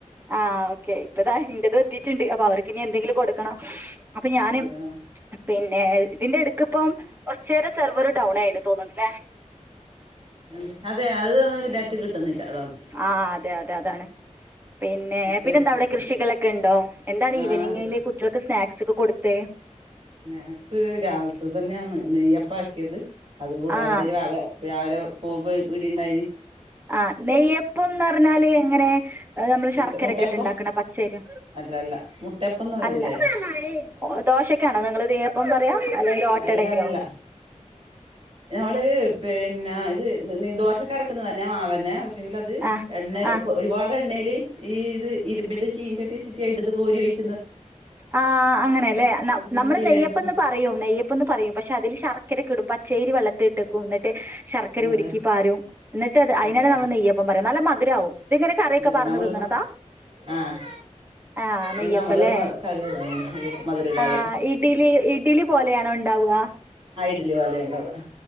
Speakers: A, on the right; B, on the right.
A: ആ ഓക്കെ ഇപ്പതാ ഇന്റെതു എത്തീട്ട്ണ്ട് അപ്പൊ അവർക്കിനി എന്തെങ്കിലും കൊടുക്കണം അപ്പൊ ഞാന്
B: ആഹ്
A: പിന്നെ ഇതിന്റെ ഏട്ക്ക്പ്പം കോർച്ചേരം സെർവർ ടൗൺ ആയീണ് തോന്ന്ണ്ട്ല്ലേ
B: എന്ത് അത് <unintelligible> നെറ്റ് കിട്ടുന്നില്ല അതാണ്
A: ആ അതെ അത് അതാണ് പിന്നെ
B: നെറ്റ്
A: പിന്നെന്താ
B: കിട്ടാണ്
A: അവിടെ കൃഷികളൊക്കെ ഉണ്ടോ എന്താണ്
B: ആഹ്
A: ഈവനിങ്ങില് കുട്ടികൾക്ക് സ്നാക്സ് ക്സ് ഒക്കെ കൊടുത്തെ
B: സ്നാക്സ് രാവിൽത്തത് തന്നെയാന്ന് നെയ്യപ്പാക്കിയത് അത്കൂട
A: ആഹ്
B: അവര് വ വാ രാവിലെ പോകുവെ വീടിണ്ടായിനി
A: ആഹ് നെയ്യപ്പംന്നർഞ്ഞാല് എങ്ങനെ നമ്മള് ശർക്കരക്കെ
B: മറ്റേ മുട്ടയപ്പം
A: ഇട്ട്ണ്ടാക്കണ പച്ചരി
B: അല്ല അല്ല മുട്ടയപ്പംന്ന് പറയുന്നില്ലേ
A: അല്ല ഒ ദോശക്ക് ക്കാണോ നിങ്ങള് നെയ്യപ്പന്ന് പറയാ? അല്ലെങ്കിൽ ഓട്ടടക്കോ
B: അല്ല അല്ല ഞമ്മള് പിന്നെ ഇത് നി ദോശക്കരക്കുന്നത് തന്നെ മാവന്ന് ന്നെ പക്ഷെങ്കിൽ അത്
A: ആഹ്
B: എണ്ണ
A: ആഹ്
B: കൊ ഒരുപാടത് എണ്ണേല് ഈ ഇത് ഇരുമ്പിന്റെ ചീൻചട്ടിവെച്ചിട്ട് അതിൻ്റാത്ത് കോരിയൊഴിക്ക്
A: ആ അങ്ങനെലേ ന
B: പൊന്തി
A: നമ്മള് നെയ്യപ്പന്ന്
B: വരുന്നത്
A: പറയും നെയ്യപ്പ പ്പന്ന് പറയും പക്ഷെ അതില് ശർക്കരക്കെടും പച്ചയ്രി വെള്ളത്തിട്ടക്കും ന്നട്ട് ട്ട് ശർക്കര
B: അതെ
A: ഉരുക്കി പാരും എന്നിട്ട് അത് അയിനാണ്
B: അതെ
A: നമ്മൾ
B: ആ
A: നെയ്യപ്പം പറയാ നല്ല മധുരാവും ഇതിങ്ങനെ കറ്യൊക്കെ
B: അതെ
A: പാർന്ന്
B: നമ്മള്
A: തിന്ന്ണതാ
B: ആഹ്
A: ആ നെയ്യപ്
B: ഇത് നമ്മള്
A: പ്പല്ലേ
B: മ കറി മധുരം ഇടാതെ
A: ആ ഇഡിലി ഇഡിലി പോലെയാണോ ണ്ടാവാ?
B: ഡിലി പോലെണ്ടാവ